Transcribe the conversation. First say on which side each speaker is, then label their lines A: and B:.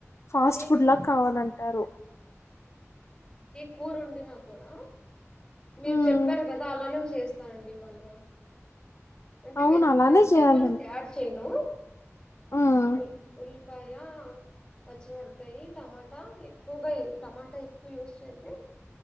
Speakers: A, on the left (about 65°); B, on the left (about 15°).
A: ఫాస్ట్
B: నేను
A: ఫుడ్ లా కావాలంటారు
B: కూరొండిన కూడా మీరు
A: ఉమ్
B: చెప్పారు కదా అలానే చేసి స్తానండి ప అల్వా అంటే
A: అవును
B: వెజ్
A: అలానే
B: వెజిటేబుల్స్
A: చేయాలండి
B: తయారు చేయను
A: ఉమ్
B: ఉ ఉల్ పైగా పచ్చిమిరపకాయి టమాటా ఎక్కువగా టమాటా ఎక్కువ యూస్ చేసి